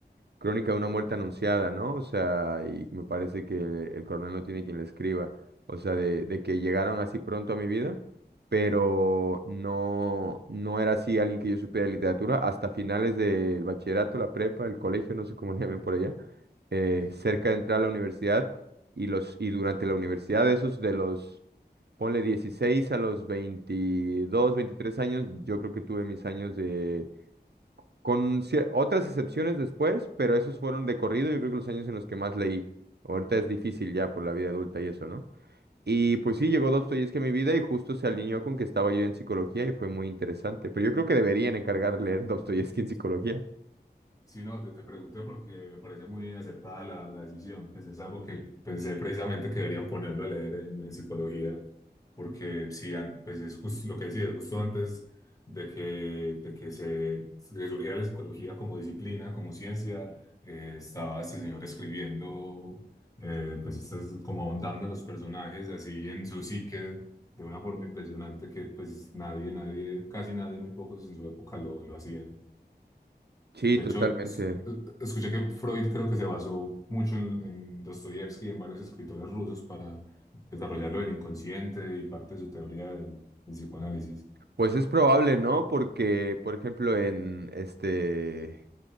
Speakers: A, on the right; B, on the left.
A: Crónica de una muerte anunciada, ¿no? O sea, y me parece que el coronel no tiene quien le escriba. O sea, de, de que llegaron así pronto a mi vida, pero no, no era así alguien que yo supiera de literatura hasta finales del bachillerato, la prepa, el colegio, no sé cómo le llamen por allá, eh,
B: Sí.
A: cerca de entrar a la universidad y, los, y durante la universidad, esos de los, ponle 16 a los 22, 23 años, yo creo que tuve mis años de con cier- otras excepciones después, pero esos fueron de corrido, yo creo que los años en los que más leí. Ahorita es difícil ya por la vida adulta y eso, ¿no? Y pues sí, llegó Dostoyevski a mi vida y justo se alineó con que estaba yo en psicología y fue muy interesante. Pero yo creo que deberían encargar leer Dostoyevski en psicología.
B: Sí. Sí, no, te, te pregunté porque me parece muy acertada la, la decisión. Pues es algo que pensé precisamente que deberían ponerlo a leer en, en psicología, porque sí, an- pues es justo lo que decías, justo antes de que, de que se, se surgiera la psicología como disciplina, como ciencia, eh, estaba este señor escribiendo, eh, pues estas, como ahondando los personajes así en su psique de una forma impresionante que pues nadie, nadie, casi nadie, muy pocos en su época lo, lo hacían.
A: Sí,
B: De
A: totalmente.
B: hecho, es- eh, escuché que Freud creo que se basó mucho en, en Dostoyevsky y en varios escritores rusos para desarrollar lo del inconsciente y parte de su teoría del, del psicoanálisis.
A: Pues es probable, ¿no? Porque, por ejemplo, en este